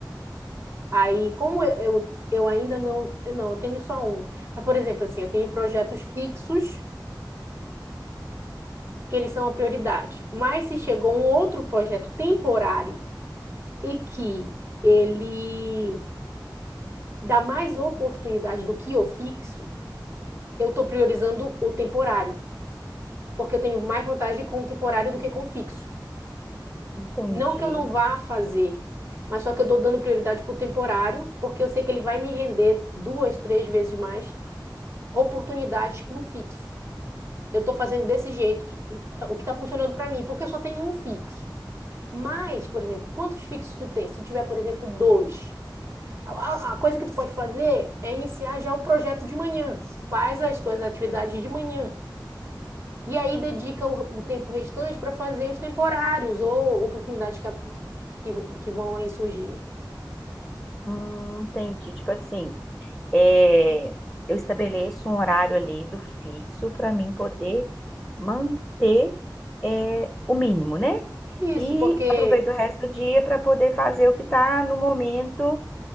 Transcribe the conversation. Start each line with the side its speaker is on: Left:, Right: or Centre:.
Right: Aí, como eu, eu, eu ainda não, não, eu tenho só um. Mas, por exemplo, assim, eu tenho projetos fixos que eles são a prioridade. Mas se chegou um outro projeto temporário e que ele dá mais oportunidade do que o fixo, eu estou priorizando o temporário, porque eu tenho mais vantagem com o temporário do que com o fixo.
Centre: Entendi.
Right: Não que eu não vá fazer, mas só que eu estou dando prioridade para o temporário, porque eu sei que ele vai me render duas, três vezes mais oportunidades que o fixo. Eu estou fazendo desse jeito, que, o que está funcionando para mim, porque eu só tenho um fixo. Mas, por exemplo, quantos fixos tu tem? Se tu tiver, por exemplo, dois. A, a coisa que tu pode fazer é iniciar já o projeto de manhã. Faz as tuas atividades de manhã. E aí dedica o, o tempo restante para fazer os temporários ou oportunidades que, a- que, que vão aí surgir.
Centre: Hum, entendi. Tipo assim, é, eu estabeleço um horário ali do fixo para mim poder manter é, o mínimo, né?
Right: Isso,
Centre: E
Right: porque
Centre: aproveito o resto do dia para poder fazer o que está no momento,